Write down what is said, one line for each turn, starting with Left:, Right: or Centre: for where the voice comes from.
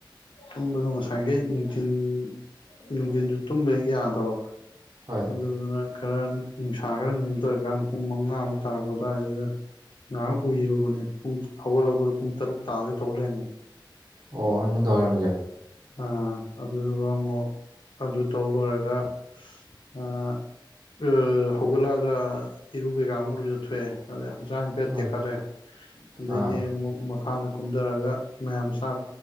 Left: ꯇꯨꯝꯕꯗꯣ ꯉꯁꯥꯏꯒꯩ ꯅꯨꯡꯊꯤꯟ ꯅꯨꯡꯗꯤꯟꯖꯨ ꯇꯨꯝꯕ ꯍꯦꯛ ꯌꯥꯗꯕ
Right: ꯍꯣꯏ
Left: ꯑꯗꯨꯗꯨꯅ ꯈꯔ ꯅꯨꯡꯁꯥ ꯈꯔ ꯅꯦꯝꯊꯔꯀꯥꯟꯗ ꯄꯨꯡ ꯃꯉꯥꯃꯨꯛ ꯇꯥꯔꯛꯄ ꯑꯗꯨꯋꯥꯏꯗꯨꯗ ꯉꯥꯏꯍꯥꯛ ꯎꯏꯔꯨꯕꯅꯦ ꯄꯨꯡ ꯍꯧꯒꯠꯂꯛꯄꯗ ꯄꯨꯡ ꯇꯔꯨꯛ ꯇꯥꯗꯣꯏ ꯇꯧꯔ ꯂꯩꯔꯝꯃꯦ
Right: ꯑꯣ ꯅꯨꯡꯗꯥꯋꯥꯏꯔꯝꯁꯦ
Left: ꯑ ꯑꯗꯨꯗꯨꯒ ꯑꯃꯣꯛ ꯑꯗꯨ ꯇꯧ ꯂꯣꯏꯔꯒ ꯑ ꯑ ꯍꯧꯒꯂꯒ ꯏꯔꯨ ꯀꯩꯀ ꯑꯃꯨꯛ ꯂꯨꯖꯊꯣꯛꯑꯦ ꯑꯗꯩ ꯍꯛꯆꯥꯡ ꯈꯔ
Right: ꯍꯣꯏ
Left: ꯇꯦꯛꯈꯠꯂꯦ ꯑꯗꯩꯗꯤ
Right: ꯑꯥ
Left: ꯑꯃꯨꯛ ꯃꯈꯥꯗ ꯀꯨꯝꯊꯔꯒ ꯃꯌꯥꯝ ꯥꯇꯛ